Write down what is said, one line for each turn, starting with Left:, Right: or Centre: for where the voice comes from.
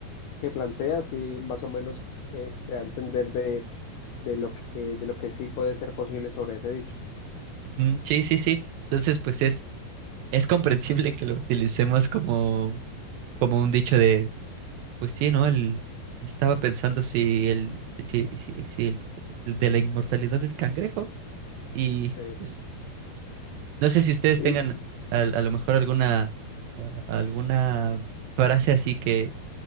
Left: que plantea, sí, más o menos eh, me da a entender de, de lo que, de lo que sí puede ser posible sobre ese dicho.
Right: Ujú, Sí, sí, sí. Entonces, pues es, es comprensible que lo utilicemos como, como un dicho de, pues sí, ¿no? El, estaba pensando si el, si, si, si el, el de la inmortalidad del cangrejo y
Left: Sí.
Right: pues no sé si ustedes
Left: Y,
Right: tengan a, a lo mejor alguna, a- alguna frase así que